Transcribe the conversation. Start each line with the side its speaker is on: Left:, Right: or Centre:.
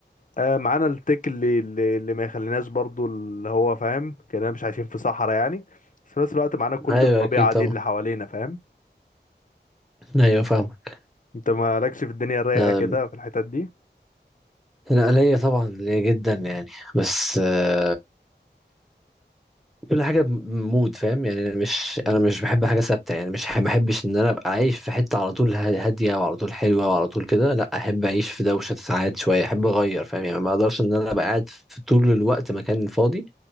Left: آه، معانا التك اللي اللي اللي ما يخليناش برضو اللي هو فاهم كأننا مش عايشين في صحراء يعني بس في نفس الوقت معانا كل
Centre: ايوه
Left: الطبيعة
Centre: اكيد طبعا
Left: دي اللي حوالينا فاهم
Centre: ايوه فاهمك
Left: انت مالكش في الدنيا الرايقة
Centre: أم،
Left: كده في الحتت دي
Centre: انا ليا طبعا ليا جدا يعني بس آه، كل حاجه بمود فاهم يعني انا مش
Left: مم.
Centre: انا مش بحب حاجه ثابته يعني مش ما بحبش ان انا ابقى عايش في حته على طول ه- هاديه وعلى طول حلوه وعلى طول كده لا احب اعيش في دوشه ساعات شويه احب اغير فاهم يعني ما اقدرش ان انا ابقى قاعد في طول الوقت مكان فاضي